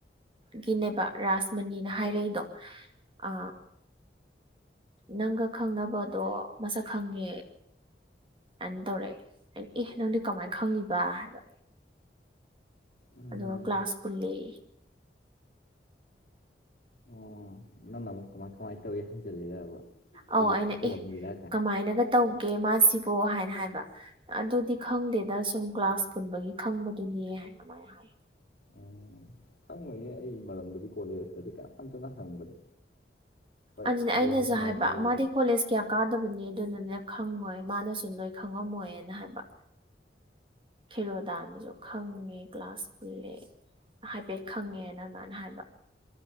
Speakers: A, on the right (about 30°); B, on the left (about 55°).
A: ꯒꯤꯅꯦꯕ ꯔꯥꯁ ꯃꯅꯤꯅ ꯍꯥꯏꯔꯛꯏꯗꯣ ꯑ ꯅꯪꯒ ꯈꯪꯅꯕꯗꯣ ꯃꯁꯛ ꯈꯪꯉꯦ ꯑꯗꯨꯅ ꯇꯧꯔꯛꯑꯦ ꯑꯦꯍ ꯅꯪꯗꯤ ꯀꯃꯥꯏꯅ ꯈꯪꯉꯤꯕ ꯍꯥꯏꯕ
B: ꯎꯝ
A: ꯑꯗꯨꯒ ꯀ꯭ꯂꯥꯁ ꯄꯨꯜꯂꯤ
B: ꯑꯣ ꯅꯪꯅ ꯑꯃꯨꯛ ꯀꯃꯥꯏ ꯀꯃꯥꯏꯅ ꯇꯧꯏꯤ ꯍꯪꯖꯤꯜꯂꯤꯗꯕ
A: ꯑꯧ
B: ꯑꯩꯁꯦ
A: ꯑꯩꯅ
B: ꯐꯠꯇꯕ
A: ꯑꯦ
B: ꯃꯤꯔ
A: ꯀꯃꯥꯏꯅꯒ ꯇꯧꯒꯦ ꯃꯥꯁꯤꯕꯣ ꯍꯥꯏꯅ ꯍꯥꯏꯕ ꯑꯗꯨꯗꯤ ꯈꯪꯗꯦꯗ ꯁꯨꯝ ꯀ꯭ꯂꯥꯁ ꯄꯨꯟꯕꯒꯤ ꯈꯪꯕꯗꯨꯅꯤ ꯍꯥꯏꯅ ꯑꯗꯨꯃꯥꯏꯅ ꯍꯥꯏ
B: ꯎꯝ ꯈꯪꯉꯣꯏꯍꯦ ꯑꯩ ꯃꯔꯝꯗꯗꯤ ꯀꯣꯂꯦꯖꯇꯗꯤ ꯀꯅꯥꯝꯝꯇꯅ ꯍꯪꯕꯗ ꯍꯣꯏ
A: ꯑꯗꯨꯅꯦ ꯑꯩꯅꯁꯨ
B: ꯒꯦꯝ ꯁꯥꯟꯅꯩ
A: ꯍꯥꯏꯕ
B: ꯈꯣꯠꯂꯤ
A: ꯃꯥꯗꯤ ꯀꯣꯂꯦꯖ ꯀꯌꯥ ꯀꯥꯗꯕꯅꯦ ꯑꯗꯨꯅꯅꯦ ꯈꯪꯉꯣꯏ ꯃꯥꯅꯁꯨ ꯅꯣꯏ ꯈꯪꯉꯝꯃꯣꯏꯅ ꯍꯥꯏꯕ ꯈꯦꯔꯣꯗꯥꯟꯗꯁꯨ ꯈꯪꯉꯦ ꯀ꯭ꯂꯥꯁ ꯄꯨꯜꯂꯦ ꯍꯥꯏꯐꯦꯠ ꯈꯪꯉꯦꯅ ꯑꯗꯨꯃꯥꯏꯅ ꯍꯥꯏꯕ